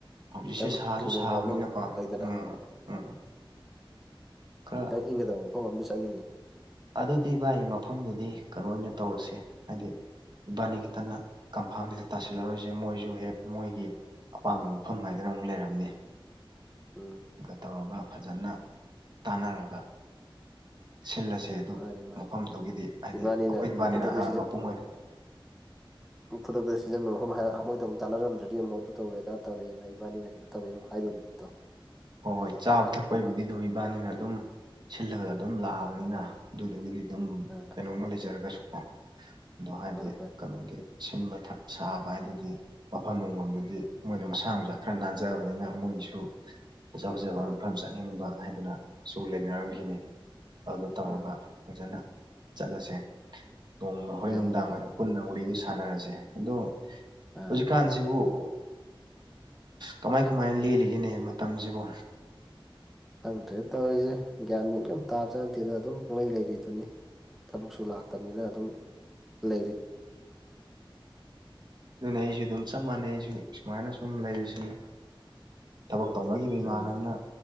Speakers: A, on the right; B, in the centre.
A: ꯍꯧꯖꯤꯛꯁꯦ
B: ꯈꯤꯇꯪ
A: ꯁꯥꯁꯨ
B: ꯎꯃꯪ
A: ꯁꯥꯕꯅꯤꯅꯀꯣ
B: ꯋꯥꯃꯪ ꯂꯩꯗꯅ
A: ꯎꯝ ꯎꯝ ꯈꯔ
B: ꯈꯤꯇꯪ ꯏꯪꯒꯗꯕ ꯃꯐꯝ ꯑꯃꯗ ꯆꯠꯅꯤꯡꯉꯦ
A: ꯑꯗꯨꯗꯤ ꯚꯥꯏ ꯃꯐꯝꯗꯨꯗꯤ ꯀꯩꯅꯣ ꯑꯣꯏꯅ ꯇꯧꯔꯁꯦ ꯍꯥꯏꯗꯤ ꯏꯕꯥꯅꯤ ꯈꯛꯇꯅ ꯀꯝꯐꯥꯝꯁꯤꯗ ꯇꯥꯁꯤꯜꯂꯔꯣꯏꯁꯦ ꯃꯣꯏꯁꯨ ꯍꯦꯛ ꯃꯣꯏꯒꯤ ꯑꯄꯥꯝꯕ ꯃꯐꯝ ꯍꯥꯏꯗꯅ ꯑꯃꯨꯛ ꯂꯩꯔꯝꯅꯤ
B: ꯎꯝ
A: ꯇꯧꯔꯒ ꯐꯖꯅ ꯇꯥꯟꯅꯔꯒ ꯁꯤꯜꯂꯁꯦ ꯑꯗꯨ
B: ꯃꯥꯅꯤ ꯃꯥꯅꯤ
A: ꯃꯐꯝꯗꯨꯒꯤꯗꯤ ꯍꯥꯏꯗꯤ
B: ꯏꯕꯥꯅꯤꯅ
A: ꯑꯩꯈꯣꯏ ꯏꯕꯥꯅꯤꯅ
B: ꯈꯨꯗꯛꯇ
A: ꯃꯄꯨꯡ ꯑꯣꯏꯅꯔ
B: ꯈꯨꯗꯗꯣ ꯁꯝ ꯃꯣꯏꯗ ꯑꯃꯨꯛ ꯇꯥꯟꯅꯔꯝꯗ꯭ꯔꯗꯤ ꯑꯃꯨꯛ ꯑꯗꯨ ꯇꯧꯦꯗꯥ ꯇꯧꯋꯦꯅ ꯏꯕꯥꯅꯤꯅ ꯀꯩꯅꯣ ꯇꯧꯋꯦ ꯑꯃꯨ ꯍꯥꯏꯗꯣꯔꯤꯕꯅꯤꯗꯣ
A: ꯍꯣꯏ ꯍꯣꯏ ꯆꯥꯕ ꯊꯛꯄꯒꯤꯕꯨꯗꯤ ꯑꯗꯨꯝ ꯏꯕꯥꯅꯤꯅ ꯑꯗꯨꯝ ꯁꯤꯜꯂꯒ ꯑꯗꯨꯝ ꯂꯥꯛꯑꯕꯅꯤꯅ ꯑꯗꯨꯗꯨꯒꯤꯗꯤ ꯑꯗꯨꯝ
B: ꯑꯥ
A: ꯀꯩꯅꯣꯝꯃ ꯂꯩꯖꯔꯒꯁꯨꯀꯣ ꯑꯗꯣ ꯍꯥꯏꯗꯤ
B: ꯍꯣꯏ ꯍꯣꯏ
A: ꯀꯩꯅꯣꯒꯤ ꯁꯤꯟꯕ ꯁꯥꯕ ꯍꯥꯏꯗꯨꯗꯤ ꯃꯐꯝ ꯅꯨꯡꯐꯝꯗꯗꯤ ꯃꯣꯏꯅ ꯃꯁꯥ ꯃꯁꯥ ꯈꯔ ꯅꯥꯟꯖꯕꯅꯤꯅ ꯃꯣꯏꯒꯤ ꯑꯩ ꯁꯨ ꯐꯖ ꯐꯖꯕ
B: ꯎꯝ
A: ꯃꯐꯝ ꯆꯠꯅꯤꯡꯕ ꯍꯥꯏꯗꯨꯅꯁꯨꯨ ꯂꯩꯅꯔꯝꯈꯤꯅꯤ ꯑꯗꯨ ꯇꯧꯔꯒ
B: ꯎꯝ
A: ꯐꯖꯅ ꯆꯠꯂꯁꯦ ꯇꯣꯡꯃ ꯍꯣꯔꯦꯟ
B: ꯌꯥꯏꯌꯦ
A: ꯅꯨꯡꯗꯥꯡ
B: ꯌꯥꯏꯌꯦ
A: ꯑꯣꯏꯅ ꯄꯨꯟꯅ ꯋꯥꯔꯤꯗꯨ ꯁꯥꯟꯅꯔꯁꯦ ꯑꯗꯣ
B: ꯑꯥ
A: ꯍꯧꯖꯤꯛꯀꯥꯟ ꯁꯤꯕꯨ ꯑ ꯀꯃꯥꯏ ꯀꯃꯥꯏꯅ ꯂꯦꯜꯂꯤꯒꯦꯅꯦ ꯃꯇꯝꯁꯤꯕꯨ
B: ꯍꯪꯗ꯭ꯔꯦ ꯇꯧꯔꯤꯁꯦ ꯒ꯭ꯌꯥꯟ ꯌꯥꯝ ꯇꯥꯕꯁꯨꯥꯅꯗꯦꯗ ꯑꯗꯨꯝ ꯄꯣꯡꯂꯩ ꯂꯩꯔꯤꯗꯨꯅꯤ ꯊꯕꯛꯁꯨ ꯂꯥꯛꯇꯕꯅꯤꯅ ꯑꯗꯨꯝ ꯂꯩꯔꯤ
A: ꯑꯗꯨꯅ ꯑꯩꯁꯨ ꯑꯗꯨꯝ ꯆꯞ ꯃꯥꯟꯅꯩ ꯑꯩꯁꯨ ꯁꯨꯃꯥꯏꯅ ꯁꯨꯝ ꯂꯩꯔꯤꯁꯤꯅ ꯊꯕꯛ ꯇꯧꯅꯈꯤꯕ ꯏꯃꯥꯟꯅꯕꯅ
B: ꯑꯥ